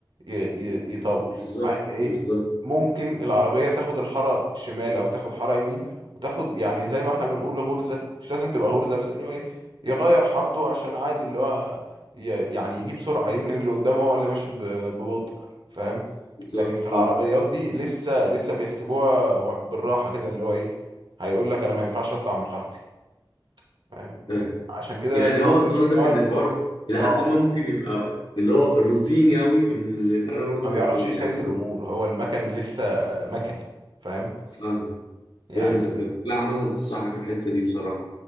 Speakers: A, on the right; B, on the left.
A: ي... ي... يطول
B: بالظبط
A: مع ان ايه
B: بالظبط
A: ممكن العربيه تاخد الحاره شمال او تاخد حاره يمين وتاخد يعني زي ما احنا بنقول غرزه مش لازم تبقى غرزه بس اللي هو ايه يغير حارته عشان عادي اللي هو ي... يعني يجيب سرعه يمكن اللي قدامه هو اللي ماشي ب... ببطء فاهم
B: بالظبط
A: لكن في
B: فاهم
A: العربيات دي لسه لسه بيحسبوها بالراحه كده اللي هو ايه هيقول لك انا ما ينفعش اطلع من حارتي فاهم
B: فاهم
A: عشان كده
B: يعني
A: ده اللي
B: اه
A: بقول
B: انت
A: لك
B: قصدك
A: فيه ان هو
B: ان
A: ال-
B: الحوار الى
A: اه
B: حد ما ممكن يبقى اللي هو روتيني قوي ان ال- انا برضو
A: ما بيعرفش
B: م- م- يعني
A: يسيس الامور هو المكن لسه مكن فاهم
B: فاهم فهمتك
A: يعني
B: فهمت لا عامة انت صح في الحتة دي بصراحة